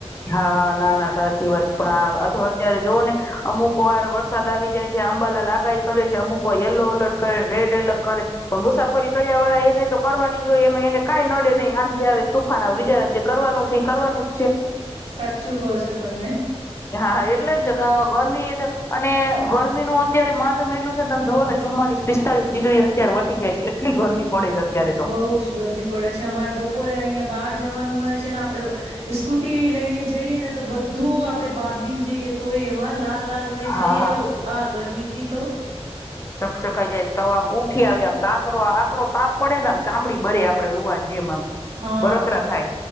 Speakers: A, on the left; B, on the right.
A: હા ના ના સાચી વાત પણ આધ અત્યારે જોઓ ને અમુક વાર વરસાદ આવી જાય છે આંબાલા લાગાઈ કરે છે અમુક વાર યલો એલર્ટ કરે, રેડ એલર્ટ કરે, પણ મુસાફરી કયા વાર એને તો કરવાની જોય એમાં એને કાઈ નડે નહી આંધી આવે તુફાન આવે બિચારાને જે કરવાનું છે એ કરવાનું જ છે.
B: સાચું કહ છો તમે.
A: હા હા એટલે જ ગરમી એ અને ગરમીનું અત્યારે માતમ તમ એટલું છે તમે જોઓને ચુમ્માલીસ પિસ્તાલીસ ડિગ્રી અત્યારે વટી જાય છે એટલી ગરમી પડે છે. અત્યારે તો
B: બઉ જ ગરમી પડે છે અમારે બપોરે અહીં બહાર જવાનું હોય છેને આપડે સ્કૂટી લઈને જઈએ ને તો બધું આપડે બાંધીને જઈએ તોય એવા લા લાલ લાલ થઈ
A: હા
B: જઈએ
A: હા
B: આ ગરમી તો
A: ચકચકાઈ જાય તમ ઉઠી આવ આમ તો આંકરો આંકરો તાપ પડે આમ ચામડી બરે આપડે લુવાની જેમ આમ
B: હા
A: બળતરા થાય.